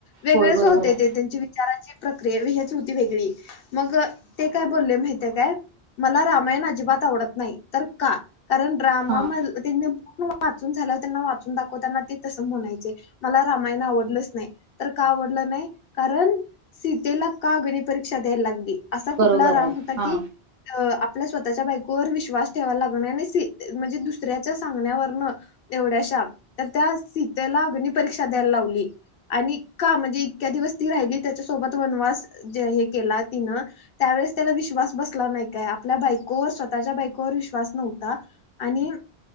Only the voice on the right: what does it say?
होय बरोबर
आहे
हा
बरोबर
आहे
हा